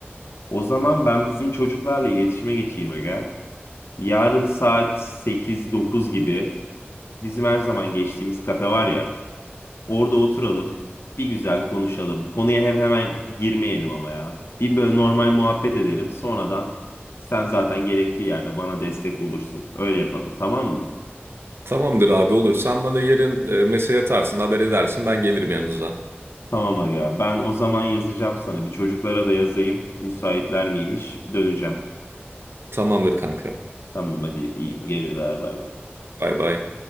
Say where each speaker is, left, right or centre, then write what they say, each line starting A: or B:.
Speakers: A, on the left (about 75°); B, on the right (about 65°).
A: O zaman ben bizim çocuklarla iletişime geçeyim aga. Yarın saat sekiz dokuz gibi bizim her zaman geçtiğimiz kafe var ya. Orada oturalım. Bir güzel konuşalım. Konuya hem hemen girmeyelim ama ya. Bir böyle normal muhabbet edelim. Sonradan sen zaten gerektiği yerde bana destek olursun. Öyle yapalım tamam mı?
B: Tamamdır abi olur. Sen bana yarın e, mesaj atarsın, haber edersin. Ben gelirim yanınıza.
A: Tamam aga. Ben o zaman yazacağım sana. Bir çocuklara da yazayım. Müsaitler miymiş? Döneceğim.
B: Tamamdır kanka.
A: Tamam hadi iyi geceler bay bay.
B: Bay bay.